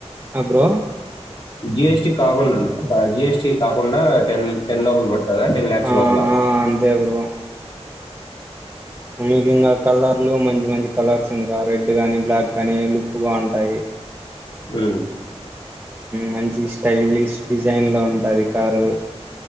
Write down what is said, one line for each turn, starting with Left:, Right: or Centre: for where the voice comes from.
Right: ఆ బ్రో
Left: జిఎస్టి కాకుండా జిఎస్టి కాకుండా టెన్ టెన్ లోబల్ ప అదే టెన్ ల్యాక్స్
Right: ఆ
Left: లోపలా
Right: ఆ అంతే బ్రో మీకు ఇంగా కలర్లు మంచి మంచి కలర్స్ ఇంకా రెడ్ గానీ బ్లాక్ గానీ లుక్ బాగుంటాయి
Left: హ
Right: మంచి స్టైలిష్ డిజైన్ లో ఉంటది కారు